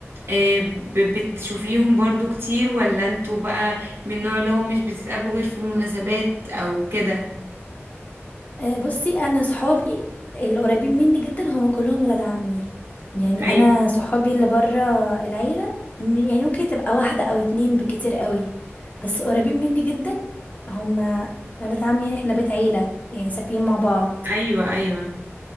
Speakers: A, on the right; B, on the left.
A: آه، ب- بتشوفيهم برضو كتير ولا انتوا بقى من النوع اللي هم مش بتتقابلوا غير في المناسبات او كده
B: آه، بصي انا صحابي اللي قريبين مني جدا هم كلهم ولاد عمي يعني
A: ايوه
B: انا صحابي اللي بره العيله م- يعني ممكن تبقى واحده او اتنين بكتير قوي بس قريبين مني جدا هم ولاد عمي يعني احنا بيت عيله يعني ساكنين مع بعض
A: ايوه ايوه